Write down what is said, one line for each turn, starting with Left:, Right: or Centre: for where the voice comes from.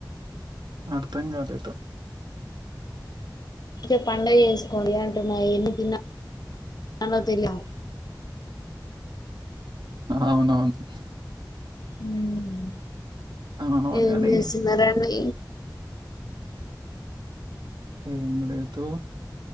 Right: అర్థం కాలేదు
Left: అంటే పడుగ చేేసుకోండి అంటున్నా ఎన్ని తిన్నా మళ్ళ తినలేం
Right: అవునవును
Left: మ్మ్.
Right: అవునవును
Left: ఏం
Right: కానీ
Left: చేస్తున్నారండి
Right: ఏం లేదు